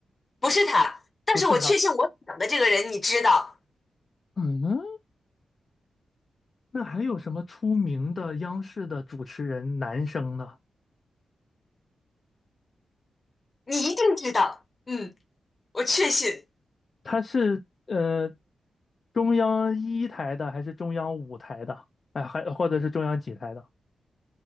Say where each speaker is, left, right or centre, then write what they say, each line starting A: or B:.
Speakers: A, on the left; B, on the left.
A: 不是他，但是我确信我想的这个人你知道，
B: 不是他。嗯，那还有什么出名的央视的主持人男生呢？
A: 你一定知道。嗯，我确信
B: 他是呃中央一台的还是中央五台的？哎，还或者是中央几台的？